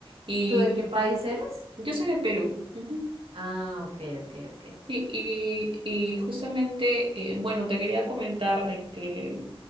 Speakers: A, on the right; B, on the right.
A: Y
B: ¿Tú de qué Sí. país eres?
A: yo soy de Perú. Ujú.
B: Ah, ok, ok, ok.
A: Sí, y, y justamente, eh, bueno, te quería comentar de que